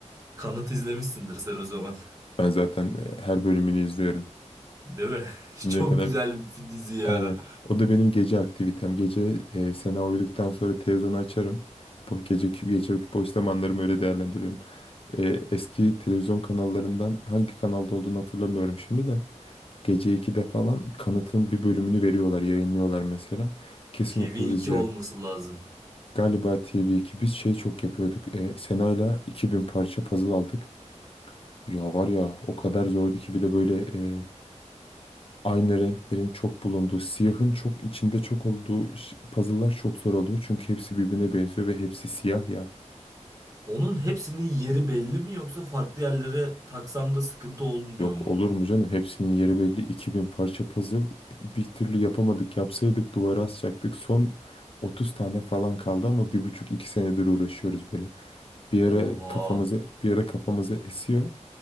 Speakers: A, on the right; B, on the left.
A: Kanıt izlemişsindir sen o zaman.
B: Ben zaten e, her bölümünü izliyorum.
A: <laughs> Değil mi? <laughs>
B: Şimdiye
A: Çok
B: kadar
A: güzel bir dizi ya.
B: aynen. O da benim gece aktivitem. Gece e, Sena uyuduktan sonra televizyonu açarım. Bu geceki geceki boş zamanlarımı öyle değerlendiriyorum. E, eski televizyon kanallarından hangi kanalda olduğunu hatırlamıyorum şimdi de. Gece 2'de falan kanıtın bir bölümünü veriyorlar, yayınlıyorlar mesela. Kesin
A: tv
B: oturur
A: iki
B: izlerim.
A: olması lazım.
B: Galiba TV2 biz şey çok yapıyorduk. E, Sena'yla 2000 parça puzzle aldık. Ya var ya o kadar zordu ki bir de böyle e, aynı renklerin çok bulunduğu, siyahın çok içinde çok olduğu ş- puzzle'lar çok zor oluyor. Çünkü hepsi birbirine benziyor ve hepsi siyah yani.
A: Onun hepsinin yeri belli mi yoksa farklı yerlere taksan da sıkıntı olmuyor
B: Yok
A: mu?
B: olur mu canım? Hepsinin yeri belli. 2000 parça puzzle. Bir türlü yapamadık. Yapsaydık duvara asacaktık. Son 30 tane falan kaldı ama bir buçuk iki senedir uğraşıyoruz böyle. Bir ara
A: Oha.
B: kafamıza bir ara kafamıza esiyor.